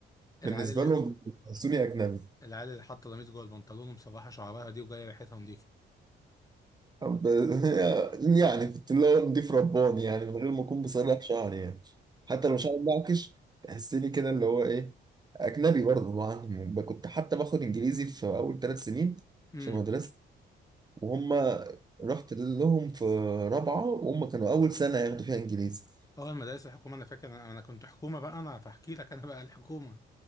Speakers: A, on the right (about 20°); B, on the left (about 15°).
A: بالنسبه
B: العيال اللي
A: لهم بيحسوني اجنبي
B: العيال اللي حاطة قميص جوه البنطلون ومصبحة شعرها دي وجاية ريحتها نظيفة
A: طب <laughs> يعني كنت اللي هو نضيف رباني يعني من غير ما اكون بصلح شعري يعني حتى لو شعري معكش تحسني كده اللي هو ايه اجنبي برضه طبعا يعني كنت حتى باخد انجليزي في اول ثلاث سنين
B: امم
A: في مدرسه وهم رحت لهم في رابعه وهم كانوا اول سنه ياخدوا فيها انجليزي
B: اه المدارس الحكومه انا فاكر انا أنا كنت حكومه بقى انا فاحكي لك انا بقى الحكومه